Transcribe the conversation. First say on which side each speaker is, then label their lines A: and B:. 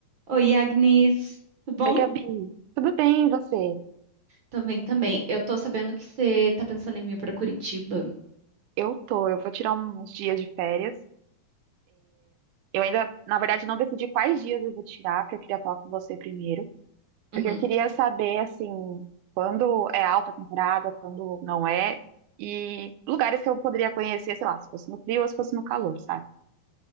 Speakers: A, on the right; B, on the right.
A: Oi, Agnes. Tudo bom?
B: Oi, Gabi. Tudo bem, e você?
A: Também, também. Eu tô sabendo que você tá pensando em vir pra Curitiba.
B: Eu tô, eu vou tirar uns dias de férias. Eu ainda, na verdade, não decidi quais dias eu vou tirar, porque eu queria falar com você primeiro.
A: Uhum.
B: Porque eu queria saber, assim, quando é alta temporada, quando não é, e lugares que eu poderia conhecer, sei lá, se fosse no frio ou se fosse no calor, sabe?